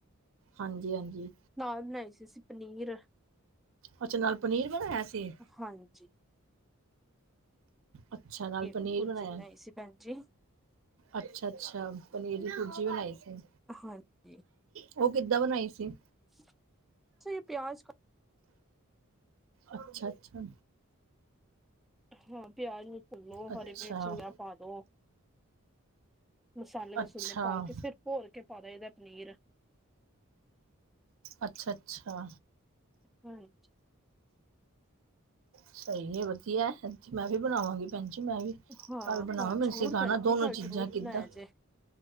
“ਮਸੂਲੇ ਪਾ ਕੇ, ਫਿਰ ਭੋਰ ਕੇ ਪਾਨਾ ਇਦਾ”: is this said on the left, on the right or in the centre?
Centre